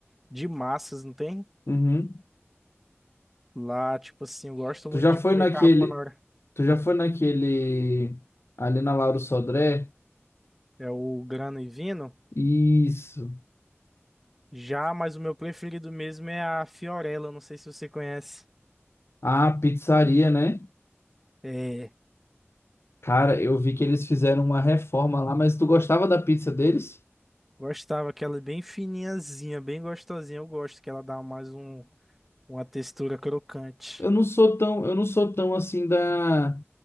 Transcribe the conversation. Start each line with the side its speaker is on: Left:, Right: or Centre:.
Centre: de massas, não tem?
Left: Uhum.
Centre: Lá, tipo assim, eu gosto
Left: Tu
Centre: muito
Left: já
Centre: de
Left: foi
Centre: comer
Left: naquele,
Centre: carbonara.
Left: tu já foi naquele ali na Lauro Sodré?
Centre: É o grano e vino.
Left: Isso.
Centre: Já, mas o meu preferido mesmo é a Fiorella, não sei se você conhece.
Left: Ah, pizzaria, né?
Centre: É,
Left: Cara, eu vi que eles fizeram uma reforma lá, mas tu gostava da pizza deles?
Centre: gostava que ela é bem fininhazinha, bem gostosinha. Eu gosto que ela dá mais um, uma textura crocante.
Left: Eu não sou tão, eu não sou tão assim da